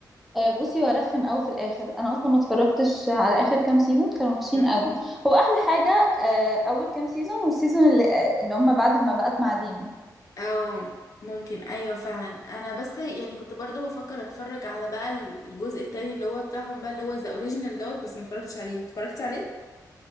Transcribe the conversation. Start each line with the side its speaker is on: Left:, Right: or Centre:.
Centre: آه، بصي وارخم قوي في الاخر انا اصلا ما اتفرجتش على اخر كام سيزون كانوا وحشين
Left: مش
Centre: قوي هو احلى حاجه آه، اول كام سيزون والسيزون اللي, آه، اللي هم بعد ما بقت مع ديمن
Left: او ممكن ايوه فعلا انا بس يعني كنت برضو بفكر اتفرج على بقى الجزء التاني اللي هو بتاعهم بقى اللي هو ذا اوريجينال دوت بس ما اتفرجتش عليه اتفرجت عليه